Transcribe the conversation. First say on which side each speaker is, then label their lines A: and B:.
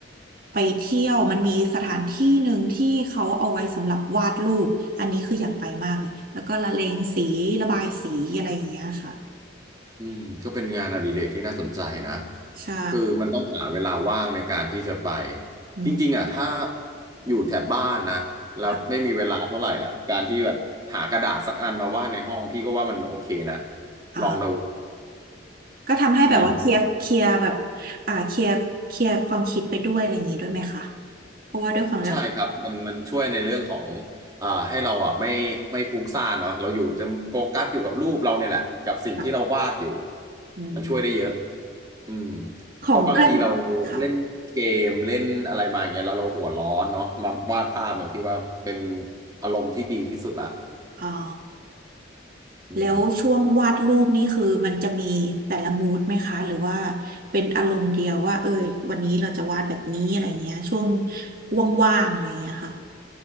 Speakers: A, on the right; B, on the right.
A: ไปเที่ยวมันมีสถานที่หนึ่งที่เขาเอาไว้สำหรับวาดรูปอันนี้คืออยากไปมากเลยแล้วก็ละเลงสีระบายสีอะไรอย่างเงี้ยค่ะ
B: อืมก็เป็นงานอดิเรกที่น่าสนใจนะ
A: ใช่
B: คือมันต้องหาเวลาว่างในการที่จะไป
A: อืม
B: จริงๆอ่ะถ้าอยู่แถบบ้านนะแล้วไม่มีเวลาเท่าไหร่อ่ะการที่แบบหากระดาษสักอันมาวาดในห้องพี่ก็ว่ามันโอเคนะ
A: ค่ะอ่า
B: ลองดู
A: ก็ทำให้แบบว่าเคลียร์เคลียร์แบบ
B: อืม
A: อ่าเคลียร์เคลียร์ความคิดไปด้วยอะไรอย่างนี้ด้วยไหมคะเพราะว่าด้วยความแบบ
B: ใช่ครับมันมันช่วยในเรื่องของอ่าให้เราอ่ะไม่ไม่ฟุ้งซ่านเนาะเราอยู่จะโฟกัสอยู่กับรูปเราเนี่ยแหละกับสิ่งที่เราวาดอยู่
A: แบบอืม
B: มันช่วยได้เยอะอืม
A: ของเกิ้ล
B: เพราะบางทีเรา
A: ค่ะ
B: เล่นเกมเล่นอะไรมาอย่างเงี้ยแล้วเราหัวร้อนเนาะมาวาดภาพเนี่ยพี่ว่าเป็นอารมณ์ที่ดีที่สุดละ
A: อ๋อ
B: อืม
A: แล้วช่วงวาดรูปนี่คือมันจะมีแต่ละมูดไหมคะหรือว่าเป็นอารมณ์เดียวว่าเออวันนี้เราจะวาดแบบนี้อะไรเงี้ยช่วงว่างๆอะไรเงี้ยค่ะ